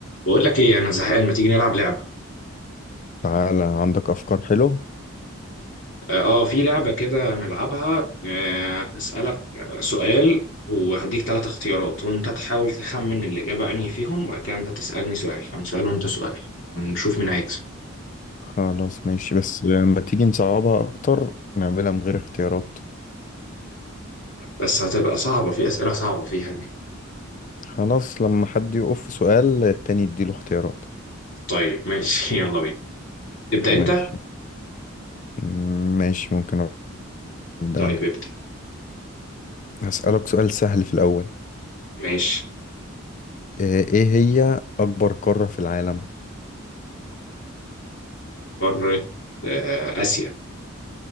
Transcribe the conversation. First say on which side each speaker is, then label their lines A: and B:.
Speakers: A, on the left; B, on the left.
A: بقول لك ايه انا زهقان ما تيجي نلعب لعبه
B: تعالى عندك أفكار حلوة
A: اه آه، في لعبه كده نلعبها آه هسألك سؤال وهديك ثلاث اختيارات وانت تحاول تخمن الاجابه انهي فيهم وبعد كده انت تسألني سؤال انا سؤال وانت سؤال نشوف مين هيكسب
B: خلاص ماشي بس لما تيجي نصعبها أكتر نعملها من غير اختيارات
A: بس هتبقى صعبه في اسئله صعبه فيها دي
B: خلاص لما حد يقف في سؤال التاني يديله اختيارات
A: طيب ماشي <laughs> يلا بينا تبدأ
B: ماشي
A: انت
B: مم، ماشي ممكن أبدأ
A: طيب
B: أنا
A: ابدأ
B: هسألك سؤال سهل في الأول
A: ماشي
B: آه، إيه هي أكبر قارة في العالم؟
A: قارة آه آسيا